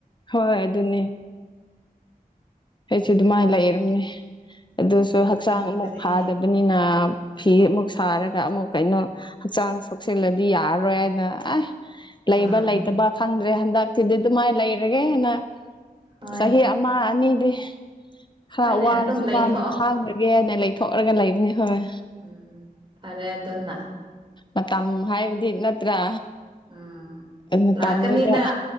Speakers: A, on the left (about 30°); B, on the right (about 35°).
A: ꯍꯣꯏ ꯑꯗꯨꯅꯦ ꯑꯩꯁꯨ ꯑꯗꯨꯃꯥꯏꯅ ꯂꯩꯔꯝꯅꯦ ꯑꯗꯨꯁꯨ ꯍꯛꯆꯥꯡ
B: ꯈꯪꯗ꯭ꯔꯦ
A: ꯑꯃꯨꯛ ꯐꯥꯗꯕꯤ ꯗꯨꯅꯤꯅ ꯐꯤ ꯑꯃꯨꯛ ꯁꯥꯔꯒ ꯑꯃꯨꯛ ꯀꯩꯅꯣ ꯍꯛꯆꯥꯡ ꯁꯣꯛꯆꯜꯂꯗꯤ ꯌꯥꯔꯔꯣꯏ ꯍꯥꯏꯅ ꯑꯦ ꯂꯩꯕ
B: ꯑꯥ
A: ꯂꯩꯇꯕ ꯈꯪꯗ꯭ꯔꯦ ꯍꯟꯗꯛꯇꯤꯗꯤ ꯑꯗꯨꯃꯥꯏ ꯂꯩꯔꯒꯦꯅ
B: ꯍꯣꯏ
A: ꯆꯍꯤ ꯑꯃ ꯑꯅꯤꯗꯤ ꯈꯔ
B: ꯍꯣꯏꯅꯦ
A: ꯋꯥꯔꯁꯨ
B: ꯑꯗꯨꯝ ꯂꯩꯊꯣꯛꯑꯣ
A: ꯋꯥꯅ ꯈꯥꯡꯈꯒꯦꯅ ꯂꯩꯊꯣꯛꯑꯒ ꯂꯩꯕꯅꯤ ꯍꯣꯏ
B: ꯎꯝ ꯐꯔꯦ ꯑꯗꯣꯅ
A: ꯃꯇꯝ ꯍꯥꯏꯕꯗꯤ ꯅꯠꯇ꯭ꯔꯥ
B: ꯎꯝ
A: ꯃꯇꯝꯗꯨꯗ
B: ꯂꯥꯛ ꯀꯅꯤꯗ